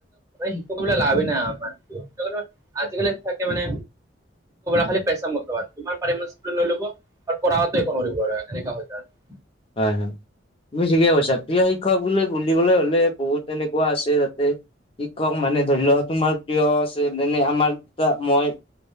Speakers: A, on the right; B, on the left.
A: শিকবিলাক লাভেই নাই আমাৰ আজিকালি থাকে মানে খালি পেচা <unintelligible> পাৰে ল'ব লাগে। আৰু পঢ়াটোক এনেকা হৈ যায়। ‌
B: হয়, হয়। তুমি ঠিকে কৈছা। প্ৰিয় শিক্ষক বুলি বুলিবলে হ'লে বহুত তেনেকুৱা আছে তাতে। শিক্ষক মানে ধৰি লওঁ তোমাৰ প্ৰিয় আছে মানে আমাৰ দুটা মই